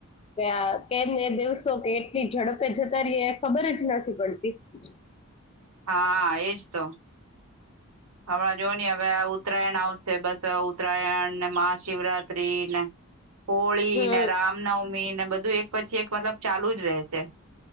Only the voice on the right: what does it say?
હા એજ તો હમણાં જો ની હવે આ ઉત્તરાયણ આવશે બસ ત ઉત્તરાયણને, મહાશિવરાત્રીને હોળીને,
રામનવ મીને બધું એક પછી એક મતલબ ચાલુ જ રહેશે.